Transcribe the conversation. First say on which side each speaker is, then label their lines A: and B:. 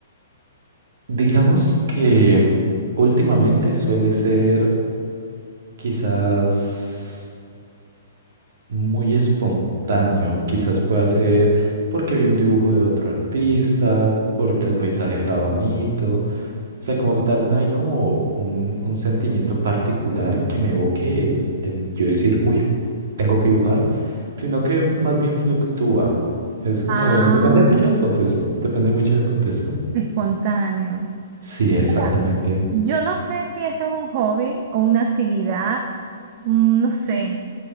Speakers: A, on the right; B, on the right.
A: digamos que últimamente suele ser quizás muy espontáneo, quizás pueda ser porque vi un dibujo de otro artista, porque el paisaje estaba bonito. O sea, como que tal, no hay como un, un sentimiento particular que me evoque el, el yo decir, uy, tengo que dibujar, sino que más bien fluctúa. Es como,
B: Ah.
A: depende mucho del contexto, depende mucho del contexto.
B: Espontáneo.
A: Sí, exactamente.
B: Mira, yo no sé si esto es un hobby o una actividad, mm, no sé,